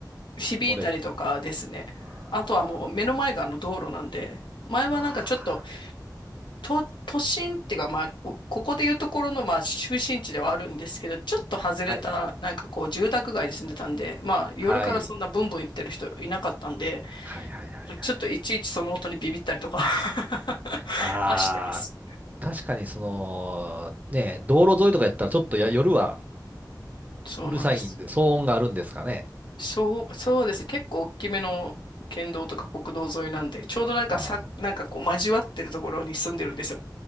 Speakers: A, on the left (about 85°); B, on the right (about 20°).
A: 響いたりとかですね。
B: 漏れる。あー
A: あとはもう目の前があの道路なんで、前はなんかちょっと
B: あ
A: と、都心っていうか、まあ、おここでいうところの、まあ、中心地ではあるんですけど、ちょっと外れた、
B: ー、はい。
A: なんかこう、住宅街に住んでたんで、まあ、夜からそんなブンブン行ってる人いなかったんで、
B: はい。はい、はい、はい、はい。
A: ちょっといちいちその音にビビったりとか <laughs>
B: ああ、
A: はしてます。
B: 確かにその、ね、道路沿いとかやったらちょっとや夜は
A: そうなんです。
B: うるさいんで、騒音があるんですかね。
A: そう、そうですね。結構大きめの県道とか国道沿いなんで、ちょうどなんかさ、
B: ああ。
A: なんかこう、交わってるところに住んでるんですよ。